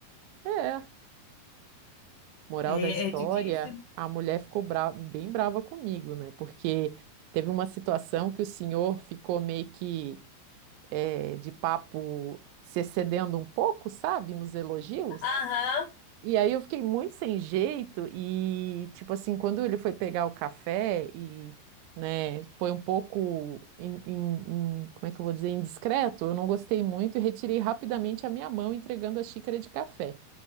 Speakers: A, on the right; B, on the left.
A: É. Moral
B: é,
A: da história,
B: é difícil.
A: a mulher ficou bra- bem brava comigo, né? Porque teve uma situação que o senhor ficou meio que eh, de papo se excedendo um pouco, sabe, nos elogios.
B: Aham,
A: E aí eu fiquei muito sem jeito e, tipo assim, quando ele foi pegar o café e, né, foi um pouco, in- in- in- como é que eu vou dizer, indiscreto, eu não gostei muito e retirei rapidamente a minha mão entregando a xícara de café.